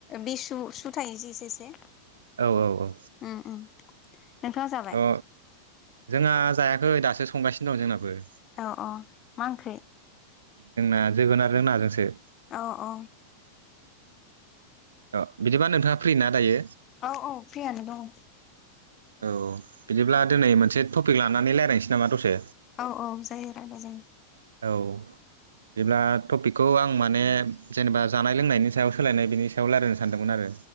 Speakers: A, on the left (about 30°); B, on the right (about 70°).
A: बे सु सु थायोजे एसे एसे
B: औ औ औ
A: उम उम नोंथाङा जाबाय?
B: अ जोंहा जायाखै दासो संगासिनो दं जोंनाबो।
A: औ औ मा ओंख्रि?
B: जोंना जोगोनारजों नाजोंसो।
A: अ अ
B: अ बिदिबा नोंथाङा फ्रि ना दायो?
A: औ औ फ्रियानो दं।
B: औ बिदिब्ला दोनै मोनसे टपिक लानानै रायलायनोसै नामा दसे।
A: औ औ जायो रायलाय जायो।
B: औ बिदिब्ला टपिक- खौ आं माने जेनेबा जानाय-लोंनायनि सायाव सोलायनाय बिनि सायाव रायलायनो सानदोंमोन आरो